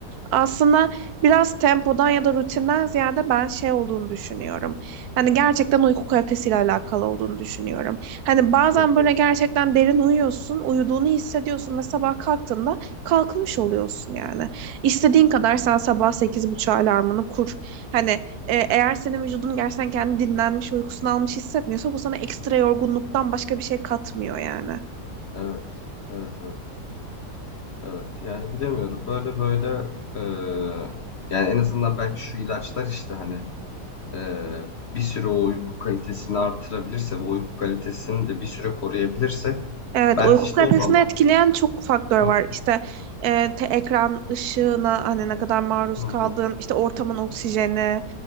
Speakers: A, on the right; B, on the left.
A: Aslında biraz tempodan ya da rutinden ziyade ben şey olduğunu düşünüyorum. Hani gerçekten uyku kalitesiyle alakalı olduğunu düşünüyorum. Hani bazen
B: hı.
A: böyle gerçekten derin uyuyorsun, uyuduğunu hissediyorsun ve sabah kalktığında kalkmış oluyorsun yani. İstediğin kadar sen sabah sekiz buçuk alarmını kur. Hani e, eğer senin vücudun gerçekten kendi dinlenmiş, uykusunu almış hissetmiyorsa bu sana ekstra yorgunluktan başka bir şey katmıyor yani.
B: Evet, evet, evet. Evet, yani bilemiyorum. Böyle böyle eee, yani en azından belki şu ilaçlar işte hani eee, bir süre o uyku kalitesini artırabilirse ve uyku kalitesini de bir süre koruyabilirsek
A: Evet,
B: belki
A: uyku
B: işte
A: kalitesini
B: o zaman.
A: etkileyen çok faktör
B: Hı
A: var. İşte e, te- ekran ışığına hani ne kadar maruz
B: hı hı
A: kaldığın, işte ortamın oksijeni,